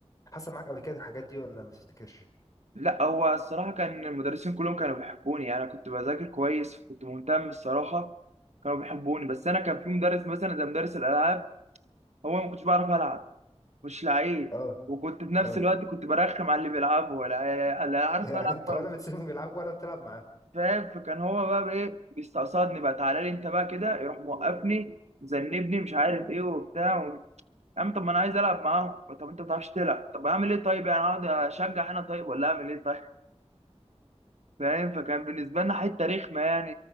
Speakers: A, on the left; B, on the right.
A: حصل معاك قبل كده الحاجات دي ولا ما تفتكرش
B: لا هو الصراحة كان المدرسين كلهم كانوا بيحبوني يعني أنا كنت بذاكر كويس وكنت مهتم الصراحة كانوا بيحبوني بس أنا كان في مدرس مثلا زي مدرس الألعاب هو ما كنتش بعرف ألعب مش لعيب
A: اه
B: وكنت في نفس
A: اه
B: الوقت كنت برخم على اللي بيلعبوا ولا لا عارف
A: <laughs> يعني
B: ألعب
A: انت
B: ولا
A: ولا
B: ب-
A: بتسيبهم يلعبوا ولا بتلعب معاهم
B: فاهم فكان هو بقى بإيه بيستقصدني بقى تعالى لي أنت بقى كده يروح موقفني مذنبني مش عارف إيه وبتاع و... يا عم طب ما أنا عايز ألعب معاهم طب أنت ما بتعرفش تلعب طب أعمل إيه طيب يعني أقعد أشجع أنا طيب ولا أعمل إيه طيب؟" فاهم فكان بالنسبة لنا حتة رخمة يعني